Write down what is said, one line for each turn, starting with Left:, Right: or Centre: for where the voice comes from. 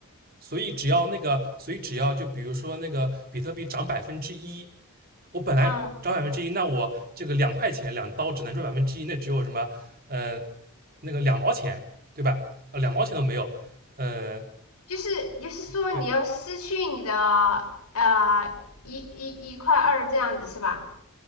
Right: 所以只要那个，所以只要就比如说那个比特币涨百分之一，我本来涨百分之一，
Left: 嗯，
Right: 那我这个两块钱两刀只能赚百分之一，那只有什么呃那个两毛钱对吧？呃，两毛钱都没有，呃，
Left: 就是就是说你要失去你的呃一一一块二这样子是吧？
Right: 对